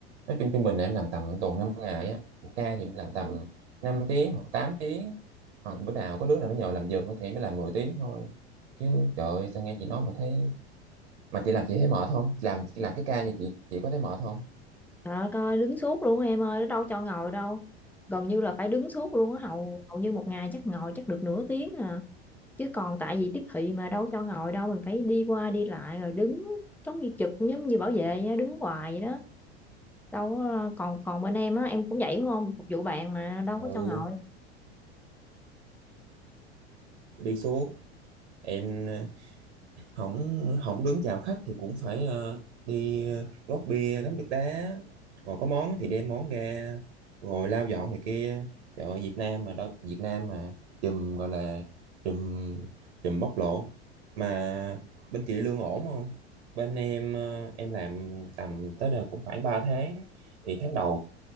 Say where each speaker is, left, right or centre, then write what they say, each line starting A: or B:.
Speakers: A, on the right; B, in the centre.
A: nói chung trung bình là em làm tầm tuần 5 ngày á một ca thì em làm tầm 5 tiếng hoặc 8 tiếng hoặc bữa nào có đứa nào nó nhờ làm giùm thì mới làm 10 tiếng thôi chứ trời ơi, sao nghe chị nói mà thấy mà chị làm chị thấy mệt không làm làm cái ca như chị chị có thấy mệt không
B: trời ơi coi đứng suốt luôn á em ơi nó đâu cho ngồi đâu gần như là phải đứng suốt luôn á hầu hầu như một ngày chắc ngồi chắc được nửa tiếng à chứ còn tại vì tiếp thị mà đâu cho ngồi đâu mình phải đi qua đi lại rồi đứng giống như trực giống như bảo vệ á, đứng hoài vậy đó đâu có- còn còn bên em á em cũng vậy đúng không phục vụ bạn mà đâu
A: ừ
B: có cho ngồi
A: đi suốt em không không đứng chào khách thì cũng phải ờ, đi ờ, gót bia ngắm nước đá rồi có món thì đem món ra rồi lau dọn này kia trời ơi, Việt Nam mà đâu Việt Nam mà chùm gọi là chùm chùm bóc lột mà bên chị lương ổn không bên em ờ, em làm tầm tới đây cũng khoảng 3 tháng thì tháng đầu